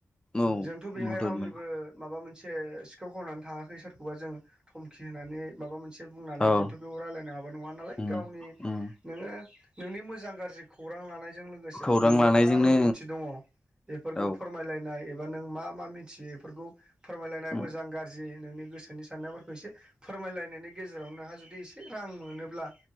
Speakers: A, on the left; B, on the right.
A: औ
B: जोंथ' बेहाय
A: मदद
B: रावनिबो
A: मोनो
B: माबा मोनसे सिखाव खावनानै थाङाखै सोर एबा जों थ धमखि होनानै माबा मोनसे बुंनानै
A: औ
B: जोंथ' बेयाव रायज्लायनो हाबा नङा नालाय
A: उम
B: गावनि
A: उम
B: नोङो नोंनि मोजां गाज्रि खौरां लानाय। जों लोगोसे
A: खौरां
B: नोंनि
A: लानायजोंनो
B: मा रोंगौथि दं बेफोरखौ
A: औ
B: फोरमायलायनाय एबा नों मा मा मिथियो बेफोरखौ फोरमायलायनाय
A: उम
B: मोजां गाज्रि नोंनि गोसोनि साननायफोरखौ एसे फोरमायलायनायनि गेजेराव नोंहा जुदि एसे रां मोनोब्ला